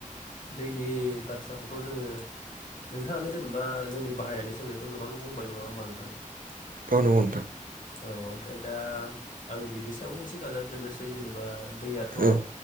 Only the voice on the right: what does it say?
औ नंगौ नोंथां
औ